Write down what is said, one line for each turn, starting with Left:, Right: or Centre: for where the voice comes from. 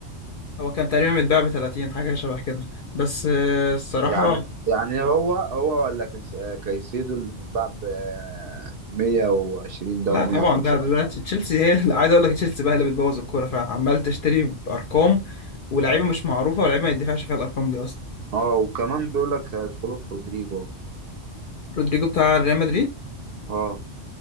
Left: هو كان تقريبا متباع ب 30 حاجة شبه كده بس آه، الصراحة
Right: يعني يعني هو هو ولا كس- آه، كايسيدو اللي من بعد آه، 120 ده
Left: لا
Right: و125
Left: طبعا ده ده دلوقتي تشيلسي هي اللي- عايز اقول لك تشيلسي بقى هي اللي بتبوظ الكورة فعلا عمال تشتري بأرقام ولاعيبة مش معروفة ولاعيبة ما يدفعش فيها الأرقام دي أصلا
Right: اه وكمان بيقول لك هيدخلوا في رودريجو
Left: رودريجو بتاع ريال مدريد
Right: اه